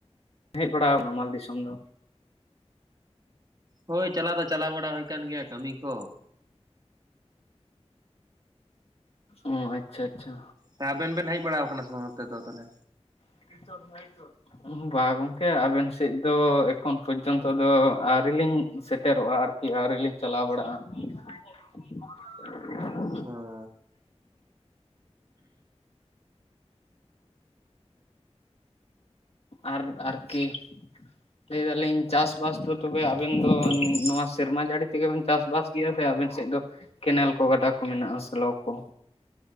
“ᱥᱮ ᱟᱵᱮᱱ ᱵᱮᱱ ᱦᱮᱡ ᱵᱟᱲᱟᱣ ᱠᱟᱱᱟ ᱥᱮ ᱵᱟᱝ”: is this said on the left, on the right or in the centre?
Right